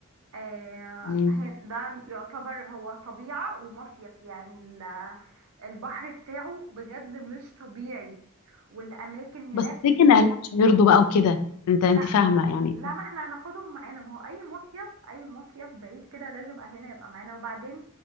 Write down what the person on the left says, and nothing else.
أمم.
بس
افتكر ان اهلها مش هيرضوا بقى وكده انت انت
فاهمه يعني